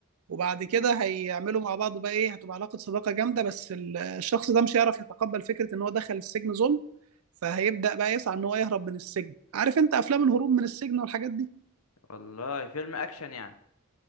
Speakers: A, on the right; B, on the left.
A: وبعد كده هيعملوا مع بعض بقى ايه هتبقى علاقه صداقه جامده بس ال- الشخص ده مش هيعرف يتقبل فكره ان هو دخل السجن ظلم فهيبدا بقى يسعى ان هو يهرب من السجن عارف انت افلام الهروب من السجن والحاجات دي
B: والله فيلم اكشن يعني